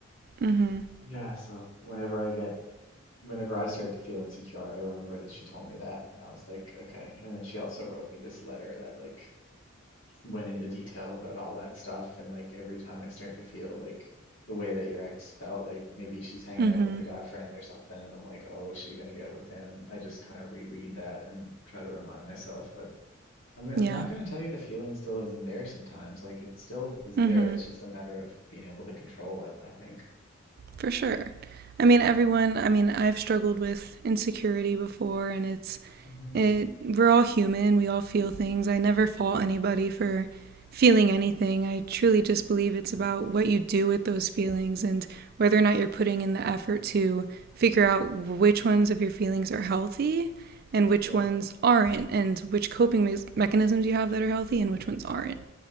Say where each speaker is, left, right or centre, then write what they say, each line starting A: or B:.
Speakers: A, on the right (about 45°); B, on the left (about 65°).
A: Mm hmm.
B: Yeah, so whenever I get whenever I start to feel insecure, I remember that she told me that and I was like, okay. And then she also wrote me this letter that like went into detail about all that stuff. And like every time I start to feel like the way that your ex felt, like maybe she's hanging
A: Mm
B: out
A: hmm.
B: with a guy friend or something, and I'm like, oh, is she gonna get with him? I just kind of reread that and try to remind myself. But I'm gonna,
A: Yeah.
B: I'm not gonna tell you the feeling still isn't there sometimes. Like it still is
A: Mm
B: there.
A: hmm.
B: It's just a matter of being able to control it, I think.
A: For sure. I mean, everyone,
B: Yeah.
A: I mean, I've struggled with insecurity before, and it's
B: hmm
A: It we're all human, we all feel things. I never fault anybody for feeling anything. I truly just believe it's
B: Yeah.
A: about what you do with those feelings and whether or not you're putting in the
B: absolutely.
A: effort to figure out which ones of your feelings are healthy and which
B: Yeah.
A: ones aren't and which coping me- mechanisms you have that are healthy and which ones
B: Yeah.
A: aren't.